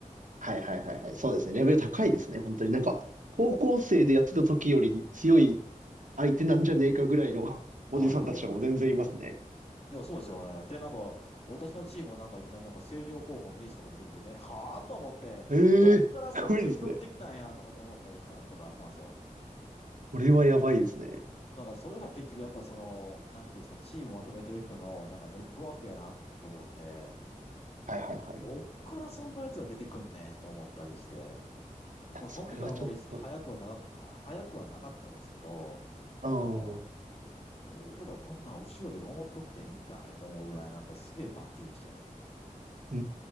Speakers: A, on the right; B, on the left.
A: な。はいはいはいはい。そうですね。レベル高いですね。本当になんか、高校生でやってた時より強い相手なんじゃねえかぐらいの <laughs> おじさんたちとかも全然いますね。
B: はいはいはい。いや、そうですよね。で、なんか、私のチームもなんかいきなりなんか星稜高校のエースとか出てきてね、<laughs> はぁと思って、
A: ええー、
B: どっからそいつ拾ってきたんやとかって思ったりしたとかだったんですよ。
A: すごいですね。これはやばいですね。
B: なんからそれも結局やっぱその、なんていうんですか、チームまとめてる人のなんかネットワークやなと思って、
A: はいはいはい。
B: どっからそんなやつが出てくんねんと思ったりして、
A: いや、
B: まあその時はあんまり早くは長く、
A: それはちょっと、
B: は早くはなかったですけど、
A: うん。
B: なんか、
A: う
B: 俺らこんなん後ろで守っとってええんかいと思うぐらいなんかすげえバッテリーでしたよ。
A: ー